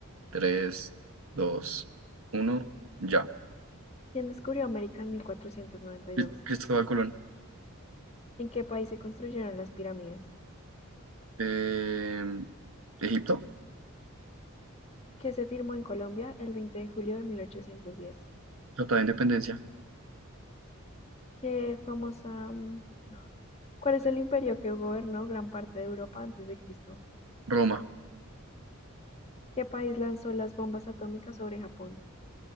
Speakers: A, on the right (about 70°); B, on the left (about 30°).
A: tres, dos, uno, ya.
B: ¿Quién descubrió América en 1492?
A: Cri- Cristóbal Colón.
B: ¿En qué país se construyeron las pirámides?
A: Eh, Egipto.
B: ¿Qué se firmó en Colombia el 20 de julio de 1810?
A: Tratado de Independencia.
B: ¿Qué famosa... mm, ¿Cuál es el imperio que gobernó gran parte de Europa antes de Cristo?
A: Roma.
B: ¿Qué país lanzó las bombas atómicas sobre Japón?